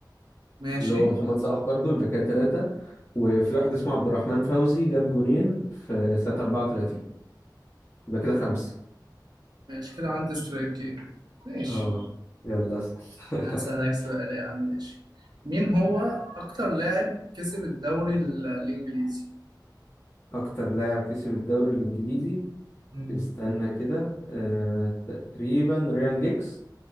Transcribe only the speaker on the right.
ماشي
ماشي كده عندي سترايكين ماشي
هسألك سؤال يا عم ماشي مين هو أكتر لاعب كسب الدوري ال- الإنجليزي؟
مم.